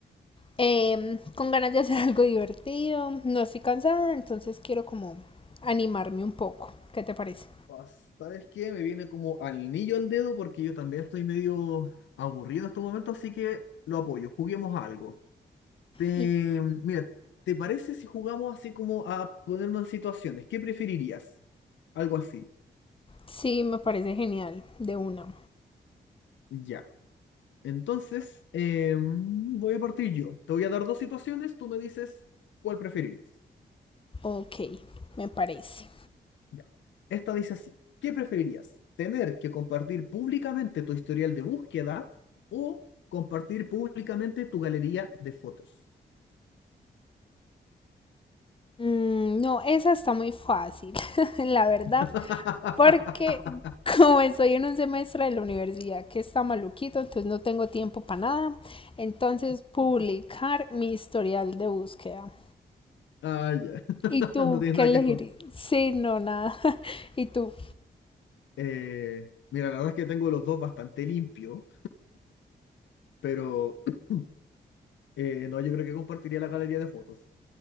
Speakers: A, on the left (about 30°); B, on the left (about 85°).
A: em, con ganas de hacer <laughs> algo divertido, no estoy cansada, entonces quiero como animarme un poco, ¿qué te parece?
B: Ah, ¿Sabes qué? Me viene como al niño al dedo porque yo también estoy medio aburrido en estos momentos, así que lo apoyo. Juguemos a algo. Te,
A: Y-
B: mira, ¿te parece si jugamos así como a ponernos en situaciones? ¿Qué preferirías? Algo así.
A: Sí, me parece genial, de una.
B: Ya. Entonces, em, voy a partir yo. Te voy a dar dos situaciones, tú me dices cuál preferirías.
A: Ok, me parece.
B: Ya. Esta dice así, ¿qué preferirías? ¿Tener que compartir públicamente tu historial de búsqueda o compartir públicamente tu galería de fotos?
A: Mm, no, esa está muy fácil, <laughs> la verdad,
B: <laughs>
A: porque como estoy en un semestre de la universidad que está maluquito, entonces no tengo tiempo para nada. Entonces, publicar mi historial de búsqueda.
B: Ah, ya. <laughs>
A: ¿Y tú
B: No tienes
A: qué
B: nada
A: elegir?
B: que esconder.
A: Sí, no, nada. <laughs> ¿Y tú?
B: Eh, mira, la verdad es que tengo los dos bastante limpio, pero <clears throat> eh, no, yo creo que compartiría la galería de fotos.